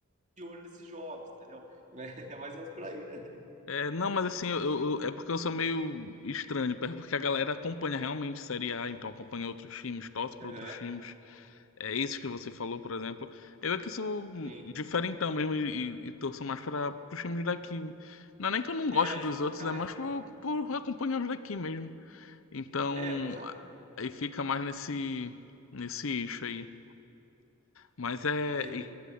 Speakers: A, on the right; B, on the left.
A: olho nesses jogos, entendeu? <laughs> É mais ou menos por aí, né?
B: É, não, mas assim, eu, eu- é porque eu sou meio estranho, é porque a galera acompanha realmente Série A, então acompanha outros times, torce para
A: Aham,
B: outros times. É, esses que você falou, por exemplo. Eu é que sou
A: sim.
B: diferentão mesmo e, e, e torço mais para os times daqui. Não é nem que eu não gosto
A: É, os
B: dos
A: times
B: outros,
A: locais,
B: é mais
A: né,
B: por,
A: cara?
B: por acompanhar os daqui mesmo. Então,
A: É, mas ah,
B: a- aí fica mais nesse, nesse eixo aí. Mas é.
A: entendi.
B: E,